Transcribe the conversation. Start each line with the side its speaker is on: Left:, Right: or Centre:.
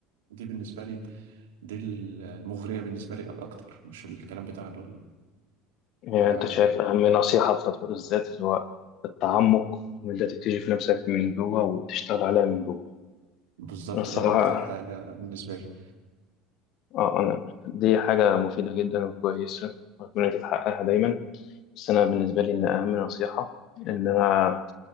Right: دي بالنسبه لي دي المغريه بالنسبه لي اكتر مش الكلام بتاع دول
Left: إيه،
Right: ف-
Left: انت شايف اهم نصيحه في تطوير الذات اللي هو التعمق وان انت تكتشف نفسك من جوه وتشتغل عليها من جوه
Right: بالظبط
Left: الصراحة
Right: دي اكتر حاجه بالنسبه لي
Left: اه انا دي حاجة مفيدة جدا وكويسة واتمنى تتحققها دايما بس انا بالنسبة لي ان اهم نصيحة ان انا